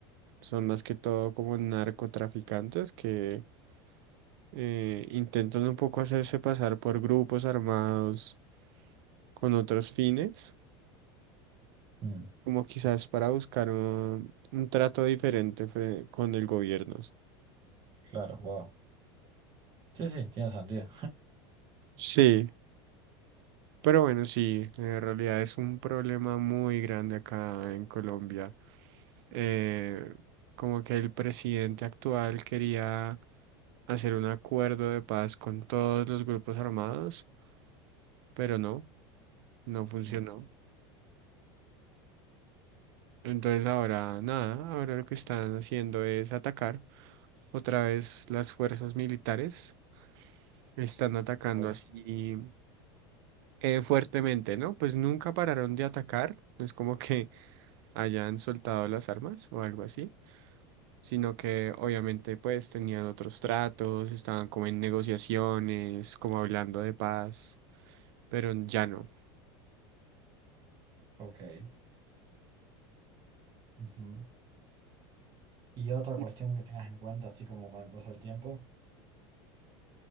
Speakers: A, on the right; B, on the right.
A: son más que todo como narcotraficantes que eh, intentan un poco hacerse pasar por grupos armados con otros fines,
B: Mm,
A: como quizás para buscar un, un trato diferente fre- con el gobierno.
B: Claro, wow. Sí, sí, tiene sentido.
A: Sí, pero bueno, sí, en realidad es un problema muy grande acá en Colombia. Eh, como que el presidente actual quería hacer un acuerdo de paz con todos los grupos armados, pero no, no funcionó.
B: Mm,
A: Entonces ahora nada, ahora lo que están haciendo es atacar. Otra vez las fuerzas militares están atacando
B: Ok,
A: así eh, fuertemente, ¿no? Pues nunca pararon de atacar, no es como que <laughs> hayan soltado las armas o algo así, sino que obviamente pues tenían otros tratos, estaban como en negociaciones, como hablando de paz, pero ya no.
B: ok. Ujú. ¿Y otra
A: Y,
B: cuestión que tengas en cuenta, así como con el paso del tiempo?